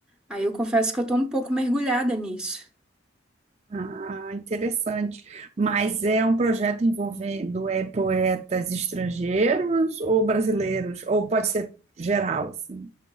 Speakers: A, in the centre; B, on the right (about 35°).
A: Aí eu confesso que eu tô um pouco mergulhada nisso.
B: Ah, interessante. Mas é um projeto envolvendo é, poetas estrangeiros ou brasileiros? Ou pode ser geral, assim?